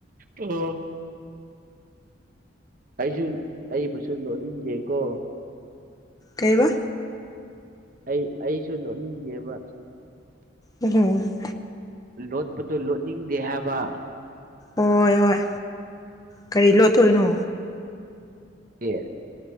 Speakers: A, on the right; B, on the left.
A: ꯑꯣ ꯑꯩꯁꯨ ꯑꯩꯕꯨꯁꯨ ꯂꯣꯅꯤꯡꯒꯦꯀꯣ
B: ꯀꯩꯕ
A: ꯑꯩ ꯑꯩꯁꯨ ꯂꯣꯟꯅꯤꯡꯒꯦꯕ
B: ꯎꯝ
A: ꯂꯣꯠꯄꯗꯨꯣ ꯂꯣꯠꯅꯤꯡꯗꯦ ꯍꯥꯏꯕ
B: ꯍꯣꯏ ꯍꯣꯏ ꯀꯔꯤ ꯂꯣꯠꯇꯣꯏꯅꯣ
A: ꯌꯦ